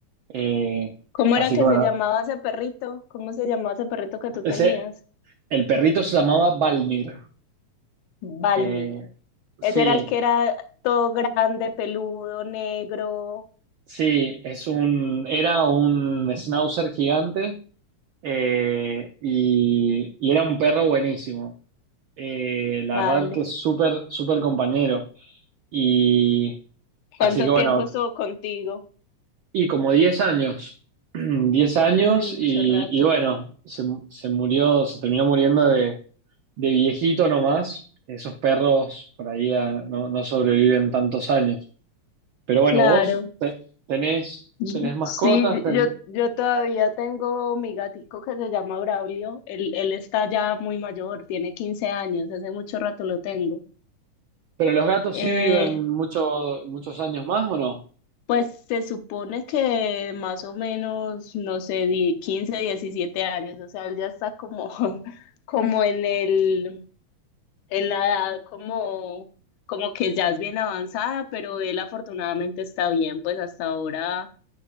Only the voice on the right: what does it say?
eh,
así
que bueno,
ese,
el perrito se llamaba Balmir.
Eh, sí,
sí, es un, era un schnauzer gigante eh, y, y era un perro buenísimo. Eh, la
verdad que es súper, súper compañero. Y así
que bueno,
Y como diez años, <clears throat> diez años
y,
y bueno, se, se murió, se terminó muriendo de, de viejito nomás. Esos perros por ahí ah, no, no sobreviven tantos años. Pero bueno,
vos te- tenés,
tenés mascotas,
ten-
pero los gatos
sí viven muchos muchos años más ¿o no?